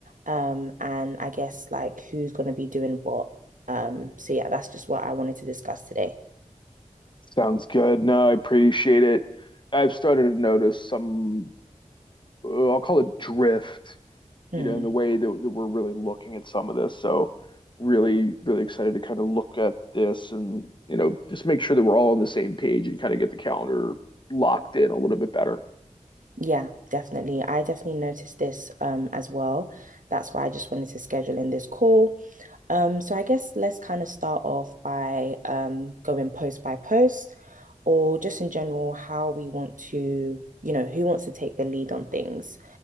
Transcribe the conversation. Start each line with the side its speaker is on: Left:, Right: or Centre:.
Right: um, and I guess like who's going to be doing what. Um, so yeah, that's just what I wanted to discuss today.
Left: Sounds good. No, I appreciate it. I've started to notice some, uh, I'll call it drift,
Right: Hmm.
Left: you know, in the way that, that we're really looking at some of this. So, really, really excited to kind of look at this and, you know, just make sure that we're all on the same page and kind of get the calendar locked in a little bit better.
Right: Yeah, definitely. I definitely noticed this um as well. That's why I just wanted to schedule in this call. Um, so I guess let's kind of start off by um going post by post or just in general how we want to, you know, who wants to take the lead on things.